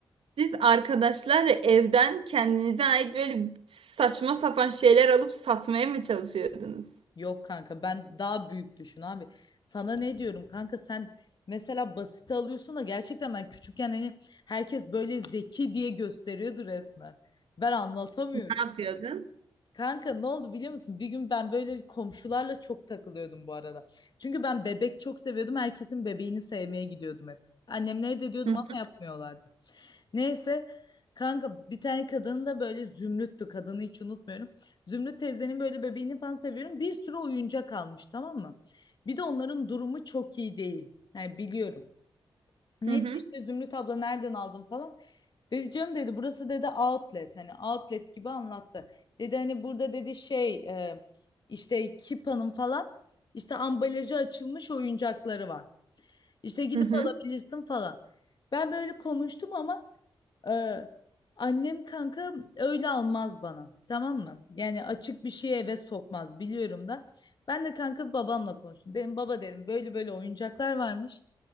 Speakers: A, on the right; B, on the left.
A: Siz arkadaşlarla evden kendinize ait böyle saçma sapan şeyler alıp satmaya mı çalışıyordunuz?
B: Yok kanka ben daha büyük düşün abi. Sana ne diyorum kanka sen mesela basite alıyorsun da gerçekten ben küçükken hani herkes böyle zeki diye gösteriyordu resmen. Ben anlatamıyorum.
A: Ne yapıyordun?
B: Kanka ne oldu biliyor musun? Bir gün ben böyle komşularla çok takılıyordum bu arada. Çünkü ben bebek çok seviyordum. Herkesin bebeğini sevmeye gidiyordum hep. Annemlere de diyordum
A: Hı
B: ama yapmıyorlardı. Neyse kanka bir tane kadın da böyle Zümrüt'tü kadını hiç unutmuyorum. Zümrüt teyzenin böyle bebeğini falan seviyorum. Bir sürü oyuncak almış tamam mı? Bir de onların durumu çok iyi değil. Yani biliyorum. Neyse
A: hı hı
B: işte Zümrüt abla nereden aldın falan. Dedi canım dedi burası dedi outlet hani outlet gibi anlattı. Dedi hani burada dedi şey e, işte Kipa'nın falan işte ambalajı açılmış oyuncakları var. İşte gidip
A: hı hı.
B: alabilirsin falan. Ben böyle konuştum ama ee, annem kanka öyle almaz bana. Tamam mı? Yani açık bir şeye eve sokmaz biliyorum da. Ben de kanka babamla konuştum. Dedim baba dedim böyle böyle oyuncaklar varmış.